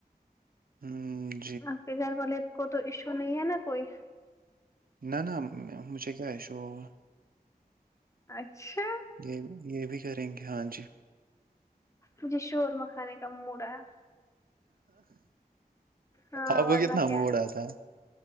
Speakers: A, on the right; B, on the left.
A: ہمم
B: آپ کے گھر والے کو تو ایشو نہیں ہے نا کوئی
A: نہ نہ مجھے کیا ایشو ہوگا
B: اچھا
A: یے بھی یے بھی کریں گے ہاں جی
B: مجھے شورما کھانے کا موڈ آیا ہاں
A: آب کو
B: ورنہ
A: کتنا
B: کیا
A: موڈ آتا ہے